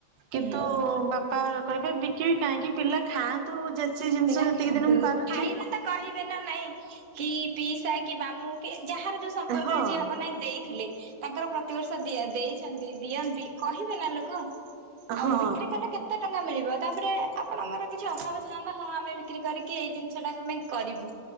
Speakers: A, on the right; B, on the right.
A: କିନ୍ତୁ
B: ହୁଁ।
A: ବାପ ପା କହିବେ ବିକିବି କାହିଁକି? ପିଲା ଖାଆନ୍ତୁ, ଯେଚି ଜିନିଷ
B: ହେଲା
A: ଯେତିକି
B: ଖାଆନ୍ତୁ
A: ଦିନ ମୁଁ ପାରୁଚି।
B: ଖାଇଲେ ତ କହିବେ ନା ନାଇଁ। ପି ପିଇସା କି ମାମୁଁ କି ଯାହାର ଯୋଉ ସମ୍ପର୍କ
A: ହଁ
B: ରେ ଯିଏ ହବ ନାଇଁ। ଦେଇଥିଲେ। ତାଙ୍କର ପ୍ରତିବର୍ଷ ଦିଆ ଦେଇଛନ୍ତି ଦିଅନ୍ତି କହିବେ ନା ଲୋକ?
A: ହଁ
B: ଆଉ ବିକ୍ରି କଲେ କେତେ ଟଙ୍କା ମିଳିବ? ତାପରେ ଆପଣଙ୍କର କିଛି ଅଭାବ ଥାନ୍ତ୍? ହଁ ଆମେ ବିକ୍ରି କରିକି ଏଇ ଜିନିଷ ଟାକୁ ଆମେ କରିବୁ